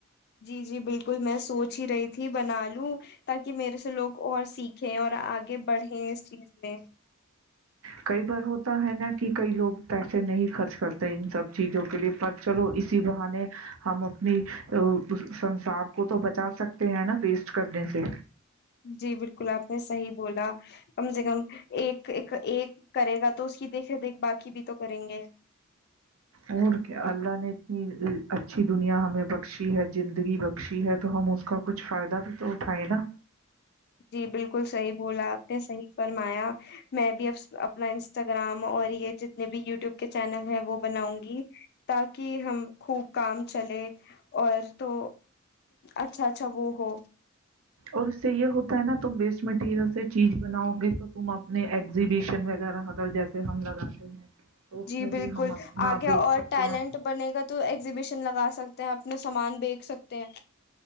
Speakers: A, on the left; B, on the right.
A: جی جی بالکل میں سوچ ہی رہی تھی بنال ل تاکہ میرے سے لوگ اور سیکھ چ اور آگے آگے بڑھیں اس چیز میں
B: کئی ہوتا ہے نا کہ کئی لوگ پیسے نہیں خرچ کرتے ان سب چیزوں کے لیے پر چلو اسی بہانے ہم اپنی سنسار کو تو بچا سکتے ہیں نا ویسٹ کرنے سے
A: جی بالکل آپ نے صحی بولا کم سے کم ایک ایک کرے گا تو اس کی دیکھے دیکھ باقی بھی تو کریں گے
B: اور کیا اللہ نے اتنی اچھی دنیا ہمیں بخشی ہے زندگی بخشی ہے تو ہم اس کا کچھ فائدہ بھی تو اٹھائے نا
A: جی بالکل صحیح بولا آپ نے صحیح فرمایا میں بھی اب اپنا انسٹاگرام اور یہ جتنے بھی یوٹیوب کے چینل ہیں وہ بناؤں گی ت کہ ہم خوب کام چلے اور تو اچھا اچھا وہ ہو
B: اور اس سے یہ ہوتا نا تم ویسٹ مٹیریل سے چیز بناؤ گے تو تم اپنے ایگزیبش ن وغیرہ اگر جیسے ہم لگاتے ہیں تو اس
A: جی
B: میں
A: بالکل
B: بھی ہم اپنا
A: آگے
B: بیچ
A: اور
B: سکتے
A: ٹیلنٹ
B: ہیں
A: بنے گا تو ایگزیبیشن لگا سکتے س ہیں اپنا سامان بییکچ سکتے ہیں